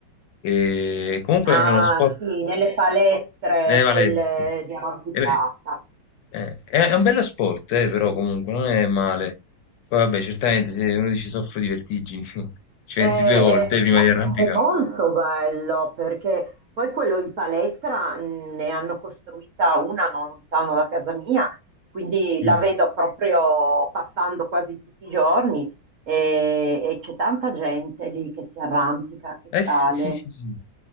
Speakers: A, on the left; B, on the right.
A: E comunque
B: Ah,
A: è uno sport
B: sì, nelle palestre,
A: nelle palestre.
B: quelle
A: sì.
B: di arrampicata.
A: E beh, Eh, è, è un bello sport, eh, però comunque non è male. Poi vabbè, certamente se uno dice soffro di vertigini, <laughs> ci pensi
B: Eh,
A: due volte
B: eh,
A: prima
B: ma
A: di arrampicare.
B: è molto bello perché poi quello in palestra mh, ne hanno costruita una non lontano da casa mia, quindi
A: Mm.
B: la vedo proprio passando quasi tutti i giorni e, e c'è tanta gente lì che si arrampica, che sale.
A: Eh sì, sì, sì, sì,